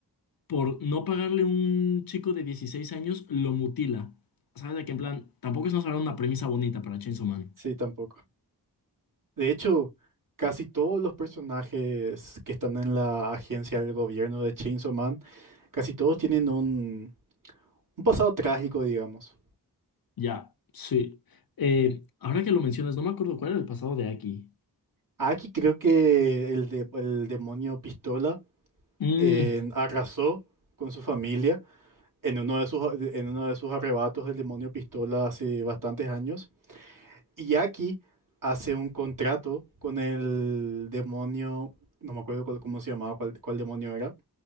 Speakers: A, on the left; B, on the right.
A: por no pagarle un chico de 16 años, lo mutila. ¿Sabes? De que en plan, tampoco estamos hablando de una premisa bonita para Chainsaw Man.
B: sí, tampoco. De hecho, casi todos los personajes que están en la agencia del gobierno de Chainsaw Man, casi todos tienen un Un pasado trágico, digamos.
A: Ya, sí. Eh, ahora que lo mencionas, no me acuerdo cuál era el pasado de Aki.
B: Aquí creo que el, de- el demonio Pistola
A: Mm,
B: eh, arrasó con su familia en uno de sus, en uno de sus arrebatos del demonio Pistola hace bastantes años. Y Aki hace un contrato con el demonio, no me acuerdo cuál- cómo se llamaba, cuál, cuál demonio era,